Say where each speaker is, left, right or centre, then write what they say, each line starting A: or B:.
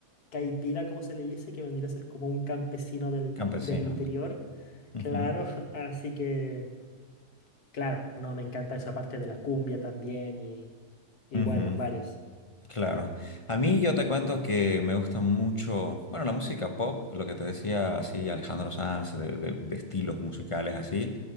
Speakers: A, on the left; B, on the left.
A: caipira, como se le dice, que vendría a ser como un campesino del,
B: campesino.
A: del interior.
B: ujú,
A: Claro, <laughs> así que, claro, no, me encanta esa parte de la cumbia también y, y
B: ujú,
A: bueno, varios.
B: Claro. A mí yo te cuento que me gusta mucho, bueno, la música pop, lo que te decía así Alejandro Sanz, de, de- de estilos musicales así.